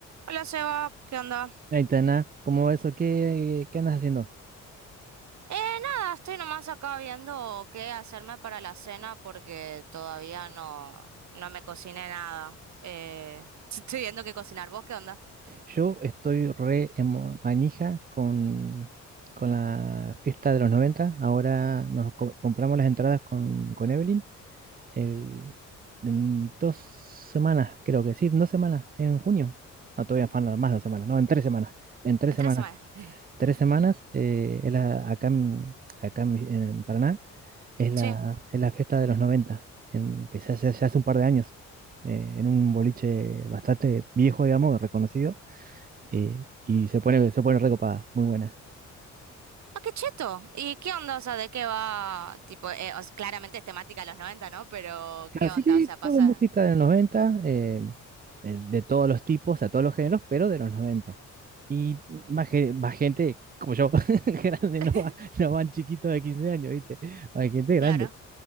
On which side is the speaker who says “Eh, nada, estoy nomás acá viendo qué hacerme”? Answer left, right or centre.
Right